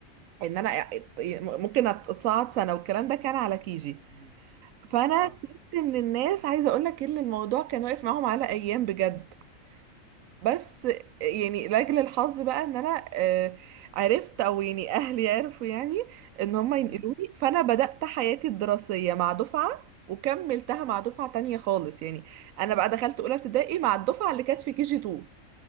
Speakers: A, on the right; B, on the right.
A: إن أنا ممكن أتصعد سنة والكلام ده كان على كيجي
B: مم.
A: فأنا
B: اه
A: كنت من الناس عايزة أقول لك إن الموضوع كان واقف معاهم على أيام بجد بس يعني لاجل الحظ بقى ان انا آه، عرفت او يعني اهلي عرفوا يعني ان هم ينقلوني
B: مم.
A: فانا بدأت حياتي الدراسية مع دفعة وكملتها مع دفعة تانية خالص يعني انا بقى دخلت اولى ابتدائي مع الدفعة اللي كانت في كي جي 2